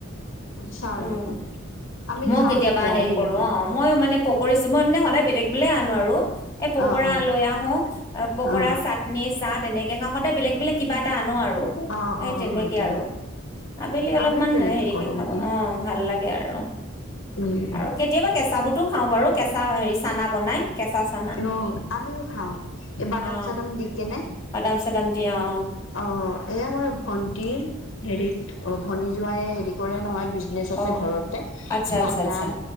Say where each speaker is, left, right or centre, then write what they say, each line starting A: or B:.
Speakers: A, on the left (about 60°); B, on the left (about 15°).
A: চাহৰ
B: উম'
A: লগত আমি
B: মইও
A: খাওঁৱে
B: কেতিয়াবা
A: প্ৰায়
B: হেৰি
A: সেনেকে
B: কৰো অঁ মইও মানে- কৰিছো। মই মানে সদায় বেলেগ বেলেগ আনো আৰু। এ' পকৰা
A: অ অ
B: লৈ আহো পকৰা,
A: অ
B: চাটনি, চাহ তেনেকে খাওঁ সদায় বেলেগ বেলেগ কিবা- এটা আনো আৰু
A: অ
B: এ'
A: অ
B: তেনেকে
A: হয় দিয়া
B: আৰু। আবেলি অলপমান
A: আমিও তেনেকে
B: হেৰিকে
A: কৰো
B: খাব
A: উম
B: অঁ ভাল লাগে আৰু।
A: উম
B: আৰু কেতিয়াবা কেঁচা বুটো খাওঁ বাৰু কেঁচা হেৰি চানা বনাই। কেঁচা চানা
A: অঁ আমিও খাওঁ এই বাদাম-চাদাম
B: অ
A: দি কিনে।
B: বাদাম চাদাম দি অ
A: অঁ এয়া মাৰ ভন্টি হেৰিত অ ভনী জোৱাই হেৰি কৰে নহয়- বিকনেচ আছে
B: অ
A: ঘৰতে
B: আচ্ছা আচ্ছা
A: বাদাম
B: আচ্ছা